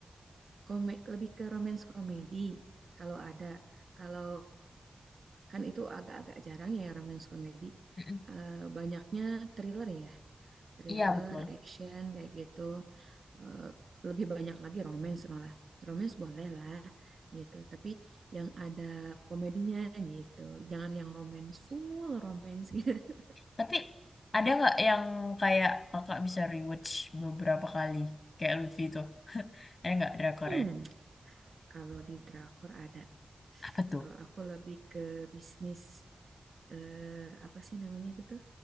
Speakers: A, on the right; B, on the left.
A: Kome lebih ke romance komedi kalau ada. Kalau kan itu agak-agak jarang ya romance komedi.
B: Mm-mm.
A: Eh, banyaknya thriller ya, thriller,
B: Iya betul.
A: action kayak gitu. Eh, lebih banyak lagi romance malah. Romance boleh lah gitu, tapi yang ada komedinya gitu. Jangan yang romance full romance gitu. <laughs>
B: Tapi ada nggak yang kayak kakak bisa rewatch beberapa kali? Kayak Lutfi tuh. <laughs> Ada nggak drakornya?
A: Hmm. Kalau di drakor ada.
B: Apa tuh?
A: Kalau aku lebih ke bisnis eh, apa sih namanya itu tuh?